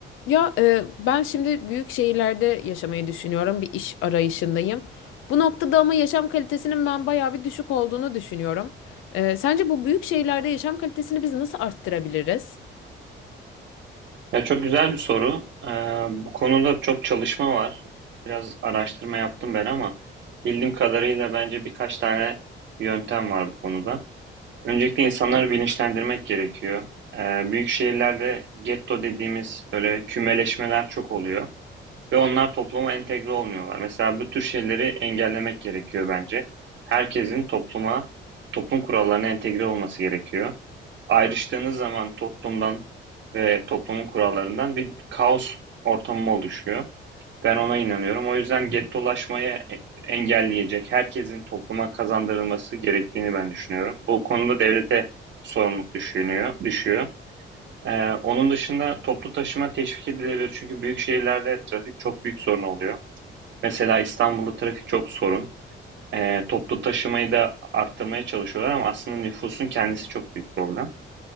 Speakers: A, on the left; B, on the right.
A: Ya e, ben şimdi büyük şehirlerde yaşamayı düşünüyorum. Bir iş arayışındayım. Bu noktada ama yaşam kalitesinin ben bayağı bir düşük olduğunu düşünüyorum. E, sence bu büyük şehirlerde yaşam kalitesini biz nasıl arttırabiliriz?
B: Ya çok güzel bir soru. Ee, bu konuda çok çalışma var. Biraz araştırma yaptım ben ama bildiğim kadarıyla bence birkaç tane yöntem var bu konuda. Öncelikle insanları bilinçlendirmek gerekiyor. Ee, büyük şehirlerde getto dediğimiz böyle kümeleşmeler çok oluyor. Ve onlar topluma entegre olmuyorlar. Mesela bu tür şeyleri engellemek gerekiyor bence. Herkesin topluma, toplum kurallarına entegre olması gerekiyor. Ayrıştığınız zaman toplumdan ve toplumun kurallarından bir kaos ortamı oluşuyor. Ben ona inanıyorum. O yüzden gettolaşmayı e- engelleyecek herkesin topluma kazandırılması gerektiğini ben düşünüyorum. Bu konuda devlete sorumluluk düşünüyor, düşüyor. Ee, onun dışında toplu taşıma teşvik edilebilir. Çünkü büyük şehirlerde trafik çok büyük sorun oluyor. Mesela İstanbul'da trafik çok sorun. Ee, toplu taşımayı da arttırmaya çalışıyorlar ama aslında nüfusun kendisi çok büyük problem.